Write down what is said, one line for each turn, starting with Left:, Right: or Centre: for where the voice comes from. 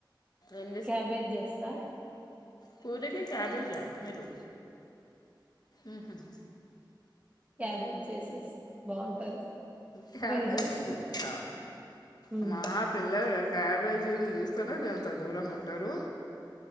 Left: ఏం
Right: క్యాబేజ్ జేస్తా
Left: పూరికు క్యాబేజా నైటూ ఉహుమ్
Right: క్యాబేజ్ జేసేస్త బాగుంటది
Left: క్యాబేసి
Right: ఫ్రై చేస్తే
Left: <unintelligible>
Right: మ్
Left: అమా పిల్లలు క్యాబేజీ చూస్తేనే ఎంత దూరం ఉంటారు